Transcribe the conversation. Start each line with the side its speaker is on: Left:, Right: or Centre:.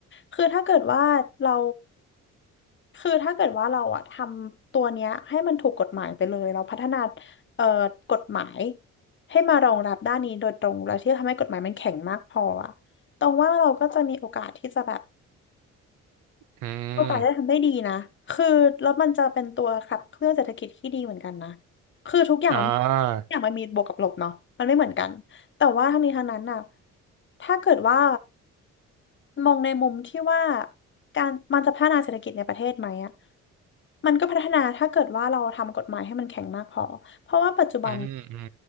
Left: คือถ้าเกิดว่าเราคือถ้าเกิดว่าเราอะทำตัวเนี้ยให้มันถูกกฎหมายไปเลยเราพัฒนาเอ่อกฎหมายให้มารองรับด้านนี้โดยตรงแล้วที่จะทำให้กฎหมายมันแข็งมากพออะ ตรงว่าเราก็จะมีโอกาสที่จะแบบ
Right: อืม
Left: ก็ตายได้ทำได้ดีนะคือแล้วมันจะเป็นตัวขับเคลื่อนเศรษฐกิจที่ดีเหมือนกันนะคือทุกอย่างมัน
Right: อ่า
Left: ทุกอย่างมันมีบวกกับลบเนาะมันไม่เหมือนกันแต่ว่าทั้งนี้ทั้งนั้นน่ะถ้าเกิดว่ามองในมุมที่ว่าการมันจะพัฒนาเศรษฐกิจในประเทศไหมอะมันก็พัฒนาถ้าเกิดว่าเราทำกฎหมายให้มันแข็งมากพอเพราะว่าปัจจุบัน
Right: อืมอืม